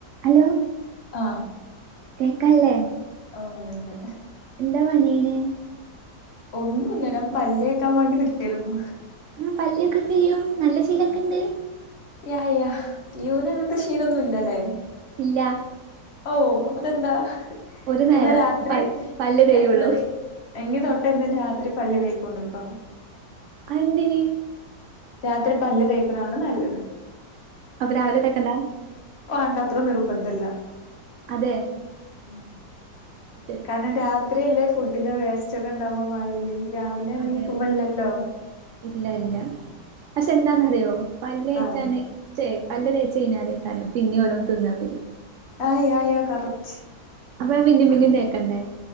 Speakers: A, on the right (about 80°); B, on the left (about 40°).
A: Hello
B: ആ
A: കേക്കാല്ലേ?
B: ഓ ണ്ട് ണ്ട്
A: എന്താ പണീണ്
B: ഒന്നുല്ല ഞാൻ പല്ലേക്കാൻ വാണ്ടി നിക്കേര്ന്നു
A: പല്ലേക്കെ ചെയ്യും നല്ല ശീലൊക്കെണ്ട്
B: യാ യാ യൂന് അങ്ങൻത്തെ ശീലൊന്നുല്ലല്ലേ
A: ഇല്ലാ
B: ഓഹ് അതെന്താ
A: ഒരു നേരം
B: എന്നാ രാത്രി
A: പൽ പല്ല് തേയുള്ളൂ
B: എന്നാല് എന്നി തൊട്ടേ എന്നും രാത്രി പല്ല് തേക്കോണ്ടു ട്ടോ
A: അഎന്തിന്
B: രാത്രി പല്ല് തേക്ക്ണതാണ് നല്ലത്
A: അപ്പ രാവിലെ തേക്കണ്ടാ
B: വേണ്ട അത്ര നിർബന്ധല്ല
A: അതേ
B: ഉം
A: തെ
B: കാരണം രാത്രിയല്ലേ ഫുഡിന്റെ വേസ്റ്റൊക്കെ ഉണ്ടാവാ വായില് രാവിലെ എനീക്കുമ്പോല്ലല്ലോ
A: അതെ ഇല്ല ഇല്ല പക്ഷെ എന്താന്നറിയോ പല്ല് ഏച്ചാന്
B: ആഹ്
A: ച്ചെ പല്ല്തേച്ച് കഴിഞ്ഞാലേകാരം പിന്നിം ഓരോന്ന് തിന്നാൻ വരാ-
B: ആഹ് യാഹ് യാഹ് കറക്റ്റ്
A: അപ്പ പിന്നിം പിന്നിം തേക്കണ്ടേ